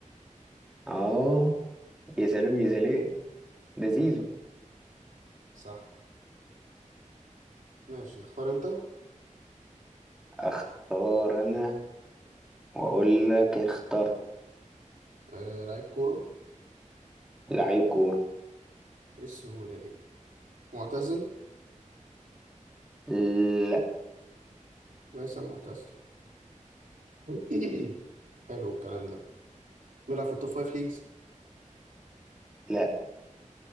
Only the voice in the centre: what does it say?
اه يا سلام يا سلام ده زيزو
اختار انا واقول لك اخترت
لعيب كورة
لا
لا